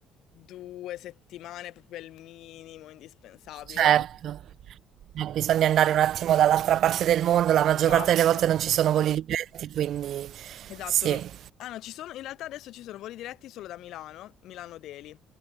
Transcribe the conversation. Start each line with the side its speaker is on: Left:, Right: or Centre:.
Left: due settimane, proprio il minimo indispensabile.
Right: Certo, Eh, bisogna andare un attimo dall'altra parte del mondo, la maggior
Left: Esatto.
Right: parte delle volte non ci sono voli diretti, quindi
Left: Esatto,
Right: sì.
Left: no. Ah no, ci sono, in realtà adesso ci sono voli diretti solo da Milano, Milano Deli.